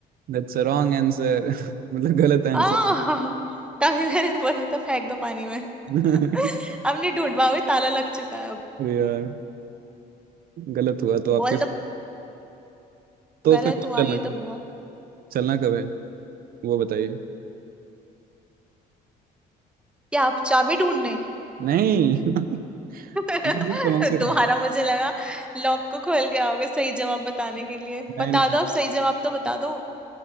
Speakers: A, on the right (about 60°); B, in the centre.
A: दैट्स अ रॉन्ग आंसर <laughs> मतलब गलत
B: आ
A: आंसर
B: <laughs>
A: है।
B: तभी मैंने बोला था फेंक दो पानी में
A: <laughs>
B: <laughs> अब नहीं ढूंढ पाओगे ताला लग चुका है अब
A: अरे यार गलत हुआ तो आपके
B: बोल दो
A: तो
B: गलत
A: फिर कब
B: हुआ
A: चलना
B: ये
A: है
B: तो बहुत
A: चलना कब है वो बताइए
B: क्या आप चाबी ढूंढने
A: नहीं <laughs>
B: <laughs>
A: ये तो समझ से करना
B: तुम्हारा मुझे लगा लॉक को खोल के आओगे सही जवाब बताने के लिए
A: नहीं
B: बता
A: नहीं
B: दो अब सही जवाब तो बता दो